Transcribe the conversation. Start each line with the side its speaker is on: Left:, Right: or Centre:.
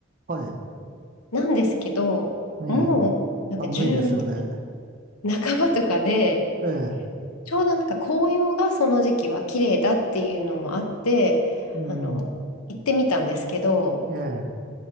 Right: はい。
Left: なんですけど、
Right: ええ、
Left: もう、なんか10月
Right: 寒いですよね。
Left: 半ばとかで、
Right: ええ、
Left: ちょうどなんか紅葉がその時期は綺麗だっていうのもあって、
Right: うん。
Left: あの、行ってみたんですけど、
Right: ええ、